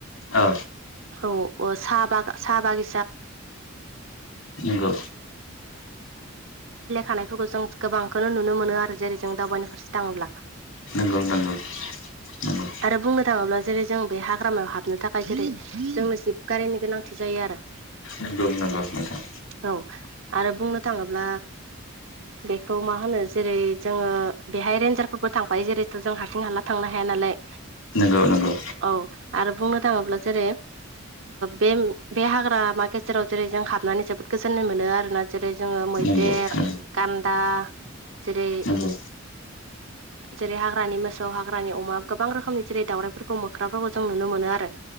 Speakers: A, on the left; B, on the right.
A: औ।
B: <inaudible> मानसिफोरा साहा बिलाइ
A: नंगौ
B: खानायफोरखौ जों गोबांखौनो नुनो मोनो आरो जेरै जों दावबायनि फारसे दाङोब्ला।
A: नोंगौ नंगौ नंगौ।
B: आरो बुंनो थाङोब्ला जेरै जों बे हाग्रामायाव हाबनो थाखाय जेरै जोंनो जिब गारिनि गोनांथि जायो आरो।
A: नंगौ नंगौ नोंथां।
B: औ आरो बुंनो थाङोब्ला बेखौ मा होनो जेरै जोङो बेहाय रेन्जार फोर थांफायो जेरै' जों हारसिं हाला थांनो हाया नालाय।
A: नंगौ नंगौ।
B: औ आरो बुंनो थाङोब्ला जेरै बे बे हाग्रामा गेजेराव जेरै जों हाबनानै जोबोद गोजोन्नाय मोनो आरोना जेरै जोङो मैदेर
A: नंगौ नंगौ
B: गान्दा जेरै
A: नंगौ
B: जेरै हाग्रानि मोसौ हाग्रानि अमा गोबां रोखोमनि जेरै दावउराइफोरखौ मोख्राफोरखौ जों नुनो मोनो आरो।